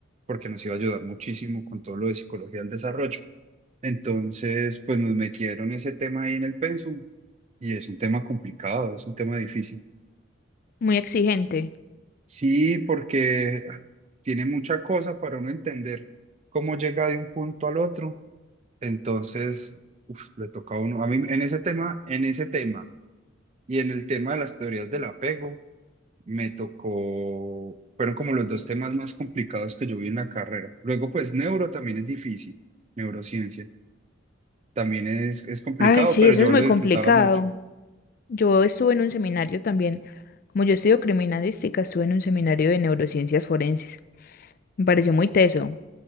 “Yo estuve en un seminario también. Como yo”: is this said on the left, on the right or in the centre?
Left